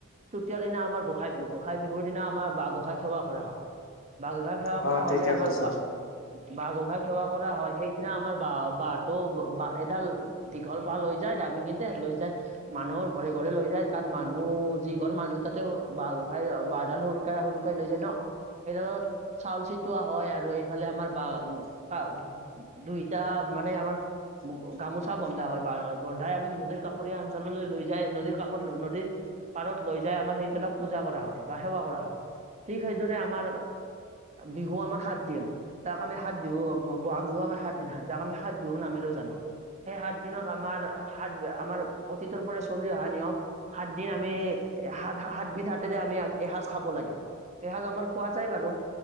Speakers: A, on the right; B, on the left.
A: <unintelligible> তৃতীয় দিনা আমাৰ গোসাই বিহু গোসাই বিহুৰ দিনা আমাৰ বাঁহ গোসই সেৱা কৰা হয়, বাঁহ গোসাঁই সেৱা
B: অ
A: কৰা
B: ঠিকে
A: হ'লে আমাৰ
B: কৈছা
A: বা বাঁহ গোসাঁই সেৱা কৰা হয় সেইদিনা আমাৰ বা বাঁহটো এ এডাল দীঘল ভাল হৈ যায় <unintelligible> লৈ যায় মানুহৰ ঘৰে ঘৰে লৈ যায় তাত মানুহ যি ঘৰ মানুহ তাতে বাঁহ গোঁসাই বাঁহডাল সৰুকাই সৰুকাই লৈ যায় ন'। সেইডালত চাউল চিটোৱা হয় আৰু এইফালে আমাৰ বা- ব- দুইহিতা মানে আমাৰ গামোচা বন্ধা হয় বা- বন্ধাই আমি নদীৰ কাষৰীয়া অঞ্চললৈ লৈ যায় নদীৰ কাষত নদীৰ পাৰত লৈ যাই আমাৰ সেইডালক পূজা কৰা হয় বা সেৱা কৰা হয়। ঠিক সেইদৰে আমাৰ বিহু আমাৰ সাত দিন তাৰ কাৰণে সাত বিহু বহাগ বিহু আমাৰ সাত দিন হাত যাক আমি সাত বিহুৰ নামেৰেও জানো। সেই সাত দিনত আমাৰ সাত আমাৰ অতীতৰ পৰা চলি অহা নিয়ম সাত দিন আমি এ সাত সাতবিধ হাতেৰে আমি এসাঁজ খাব লাগে, সেই সাঁজ আমাৰ খোৱা যায় বাৰু।